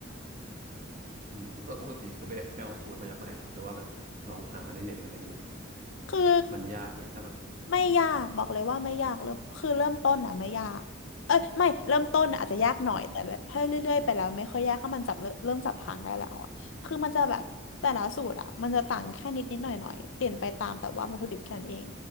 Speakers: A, on the right (about 40°); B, on the left (about 75°).
A: อืมแล้วปกติคือไปไปเอาสูตรมาจากไหนล่ะครับหรือว่าแบบลองหาในเน็ตอะไรอย่างเงี้ยหรอ
B: คือ
A: มันยากไหมถ้าแบบ
B: ไม่ยากบอกเลยว่าไม่ยากเริ่มคือเริ่มต้นอ่ะไม่ยากเอ้ยไม่เริ่มต้นน่ะอาจจะยากหน่อยแต่ถ้เรื่อยๆไปแล้วไม่ค่อยยากถ้ามันจับเริ่มเริ่มจับทางได้แล้วอ่ะคือมันจะแบบแต่ละสูตรอ่ะมันจะต่างแค่นิดนิดหน่อยหน่อยเปลี่ยนไปตามแบบว่าวัตถุดิบแค่นั้นเอง
A: อืม